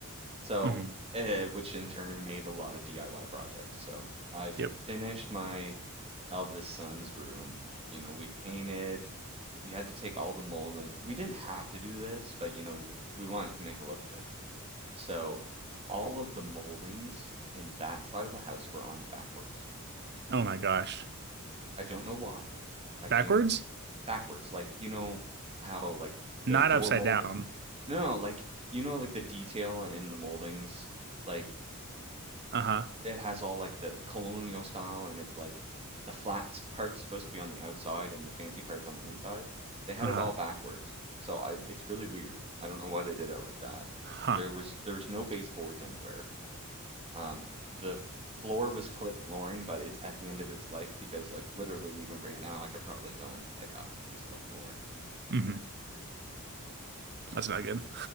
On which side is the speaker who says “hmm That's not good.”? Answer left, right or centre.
Right